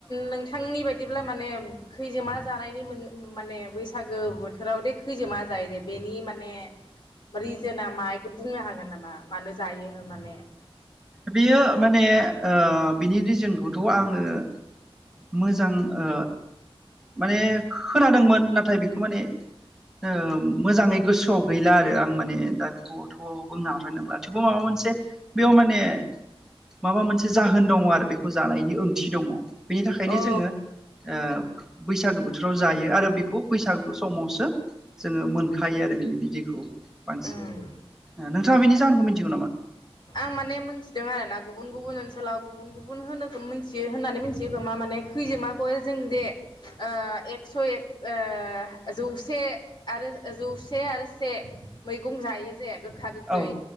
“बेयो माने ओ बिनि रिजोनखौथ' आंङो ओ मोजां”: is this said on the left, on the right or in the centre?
Centre